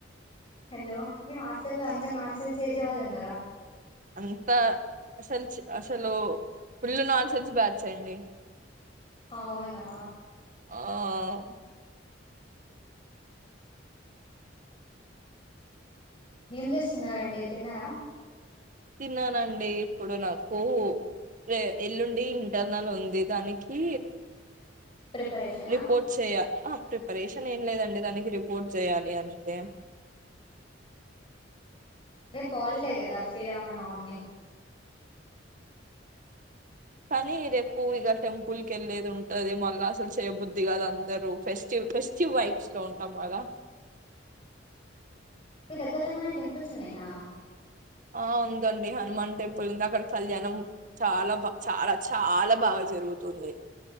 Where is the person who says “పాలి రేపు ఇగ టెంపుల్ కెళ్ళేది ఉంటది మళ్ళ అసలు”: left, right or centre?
Right